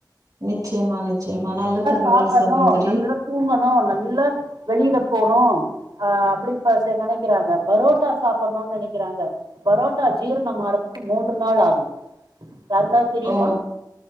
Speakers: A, on the right; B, on the right.
A: நிச்சயம்மா நிச்சயம்மா நல்லா தகவல்
B: சாப்பட்ணும்
A: சகோதரி
B: நல்லா தூங்கணு நல்ல வெளில போணு ஆ அப்டி ப ச நெனைக்கிறாங்க பரோட்டா சாப்புணுன் நெனைக்கிறாங்க பரோட்டா ஜீர்ணம்மாறதுக்கு மூன்று நாள் ஆகு யாருக்காது தெரிமா
A: ஓ!